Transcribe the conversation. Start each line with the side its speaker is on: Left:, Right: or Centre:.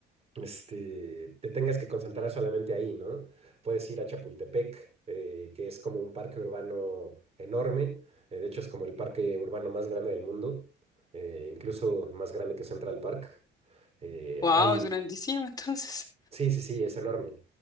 Right: este, te tengas que concentrar solamente ahí, ¿no? Puedes ir a Chapultepec, eh, que es como un parque urbano enorme, eh, de hecho es como el parque urbano más grande del mundo, eh, incluso más grande que Central Park. Eh,
Left: wow,
Right: hay,
Left: es grandísima <laughs> entonces.
Right: sí, sí, sí, es enorme.